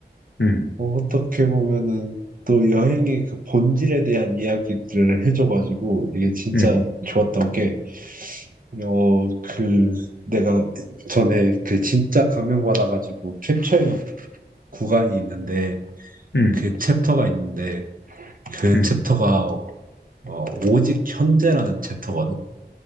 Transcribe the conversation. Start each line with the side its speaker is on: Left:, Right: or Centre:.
Left: 음,
Right: 어, 떻게 보면은 또 여행의 그 본질에 대한 이야기들을 해줘가지고, 이게 진짜
Left: 음,
Right: 좋았던 게, 어, 그, 내가 전에 그 진짜 감명받아가지고 캡처해놓은 구간이 있는데,
Left: 음,
Right: 그 챕터가 있는데, 그
Left: 음.
Right: 챕터가, 어, 오직 현재라는 챕터거든.